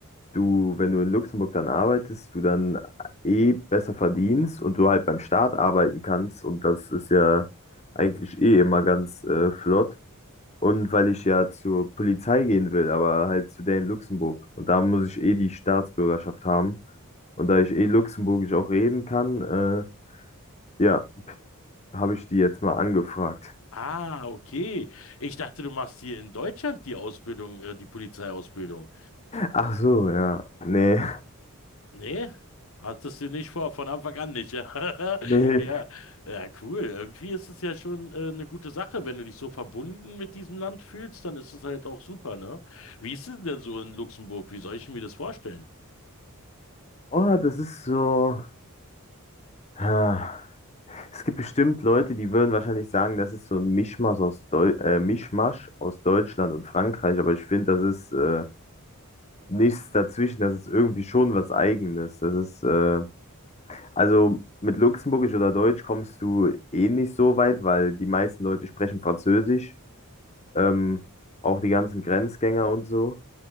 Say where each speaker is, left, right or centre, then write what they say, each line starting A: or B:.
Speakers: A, on the left (about 30°); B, on the left (about 65°).
A: du, wenn du in Luxemburg dann arbeitest, du dann äh, eh besser verdienst und du halt beim Staat arbeiten kannst. Und das ist ja eigentlich eh immer ganz äh, flott. Und weil ich ja zur Polizei gehen will, aber halt zu der in Luxemburg. Und da muss ich eh die Staatsbürgerschaft haben. Und da ich eh Luxemburgisch auch reden kann, äh, ja, habe ich die jetzt mal angefragt.
B: Ah, okay. Ich dachte, du machst hier in Deutschland die Ausbildung, äh, die Polizeiausbildung.
A: Ach so, ja. Nee,
B: Nee, hattest du nicht vor, von Anfang an nicht, ja. <laughs>
A: <laughs> nee.
B: Ja, ja, cool. Irgendwie ist es ja schon äh, eine gute Sache, wenn du dich so verbunden mit diesem Land fühlst, dann ist es halt auch super, ne? Wie ist es denn so in Luxemburg? Wie soll ich mir das vorstellen?
A: Oh, das ist so. Ha. Es gibt bestimmt Leute, die würden wahrscheinlich sagen, das ist so ein Mischmasch aus, Deu äh, Mischmasch aus Deutschland und Frankreich, aber ich finde, das ist äh, nichts dazwischen, das ist irgendwie schon was Eigenes. Das ist, äh, also mit Luxemburgisch oder Deutsch kommst du eh nicht so weit, weil die meisten Leute sprechen Französisch. ähm, auch die ganzen Grenzgänger und so.